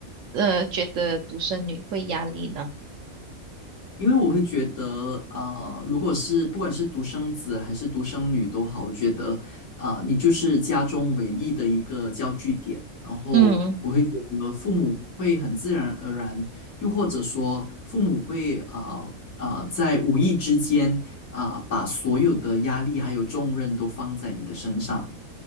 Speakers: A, on the right (about 65°); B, on the left (about 80°).
A: 呃觉得独生女会压力呢？
B: 因为我会觉得，呃，如果是不管是独生子还是独生女都好，我觉得，啊、你就是家中唯一的一个焦聚点。然后我会觉得父母会很自然而然，
A: 嗯
B: 又或者说父母会啊啊、在无意之间啊、把所有的压力还有重任都放在你的身上。